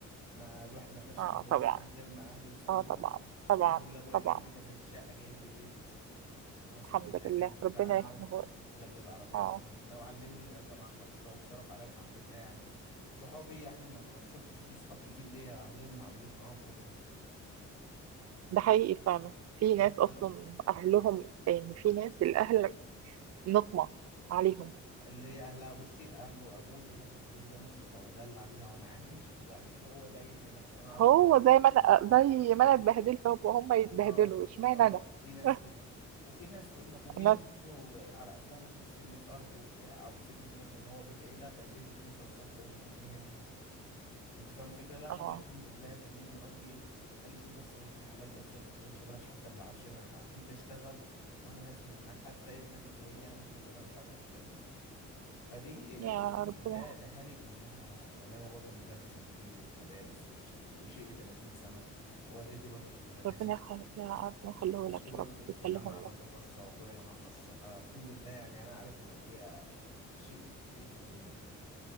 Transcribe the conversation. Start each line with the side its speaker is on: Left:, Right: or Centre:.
Left: ما الواحد ما يقدرش
Right: اه
Left: يتجوز
Right: طبعا
Left: من غير ما اهله يساندوه
Right: اه طبعا طبعا
Left: الحمد لله ابويا
Right: طبعا
Left: جايب لي بدل الشقه جايب لي بيت في مصر
Right: الحمد
Left: الجديده
Right: لله
Left: كامل بتاعنا
Right: ربنا يحميه لك.
Left: وجاب لي العربيه
Right: اه
Left: الحمد لله وعلمني ما جامعه خاصه وصرف عليا الحمد لله يعني صحابي يعني ما, ما شفتش فيه صحاب كتير ليا اهلهم ما عملوش معاهم كل ده
Right: ده حقيقي فعلا في
Left: بسأل
Right: ناس اصلا اهلهم يعني في ناس الاهل نقمة عليهم
Left: اللي هي اهلها بصي اهله ابوه يقول لك الفلوس دي انا اصرفها وادلع بيها وانا عايش وبعد كده هو بقى يبني نفسه انا اعرف
Right: هو
Left: ناس
Right: زي ما انا زي ما انا اتبهدلت هم يتبهدلوا
Left: اه
Right: اشمعنى
Left: اه
Right: انا
Left: في ناس
Right: <laughs>
Left: كده وفي ناس تقول لك وفي
Right: انا
Left: ناس برضو على قدها ممكن تسيب لك ارض وبتاع او تسيب لك مثلا ان هو بيت عيله فيسيب لك مثلا سطح يقول لك ابنيه انت انت فاهم الفكره لا انا
Right: اه
Left: ابويا الحمد لله كملني وقال لي ايه قال لي شوف بس بنت الحلال بس وما تشغلش بالك حتى بالعفش انا انت اشتغل وانا هسند معاك حتى ابنك اللي هيجي انا ممكن كمان اساعدك في تربيته فدي
Right: يا
Left: الحمد
Right: ربنا
Left: لله الاهالي كلها تمام ابويا كان مدرس انجليزي في مدارس وش... وشيء 30 سنه والدتي برضو كانت مدرسه
Right: ربنا يخليك يا ربنا يخليه
Left: واختي
Right: لك
Left: برضو
Right: يا رب
Left: كانت في
Right: يخليهم
Left: جامعة برضو
Right: لك
Left: خاصة واخويا جامعة خاصة فالحمد لله يعني انا عارف ان ابويا شقي شقي في الدنيا